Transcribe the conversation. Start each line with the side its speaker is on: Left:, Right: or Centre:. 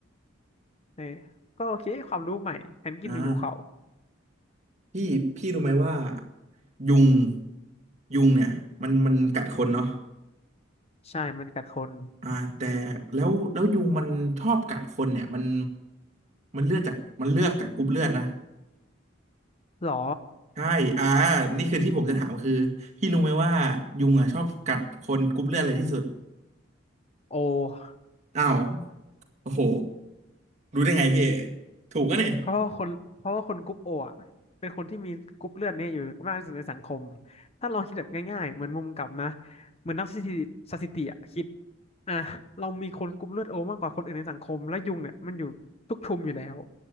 Left: เน่ยก็โอเคความรู้ใหม่แพนกินมีหิวเข่า
Right: อ่าพี่พี่รู้ไหมว่ายุงยุงเนี่ยมันมันกัดคนเนาะ
Left: ใช่มันกัดคน
Right: อ่าแต่แล้วแล้วยุงมันชอบกัดคนเนี่ยมันมันเลือดจากมันเลือกจากกรุ๊ปเลือดนะ
Left: หรอ
Right: ใช่อ่านี่คือที่ผมจะถามคือพี่รู้ไหมว่ายุงอ่ะชอบกัดคนกรุ๊ปเลือดอะไรที่สุด
Left: โอ
Right: อ้าวโอ้โหรู้ได้ไงพี่ถูกอะเนี่ย
Left: เพราะว่าคนเพราะว่าคนกรุ๊ปโออ่ะเป็นคนที่มีกรุ๊ปเลือดเนี่ยอยู่มากที่สุดในสังคมถ้าลองคิดแบบง่ายๆเหมือนมุมกลับนะเหมือนนักสถิติสถิติอะคิดอ่ะเรามีคนกรุ๊ปเลือดโอมากกว่าคนอื่นในสังคมและยุงเนี่ยมันอยู่ทุกชุมอยู่แล้ว